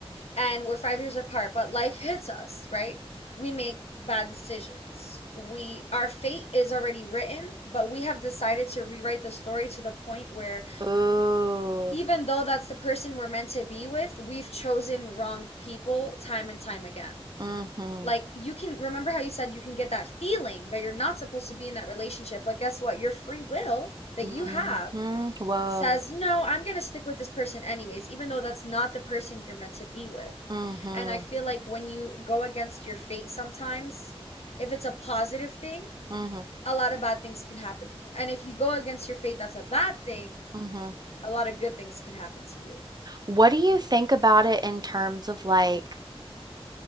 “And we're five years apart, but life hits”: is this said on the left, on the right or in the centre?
Left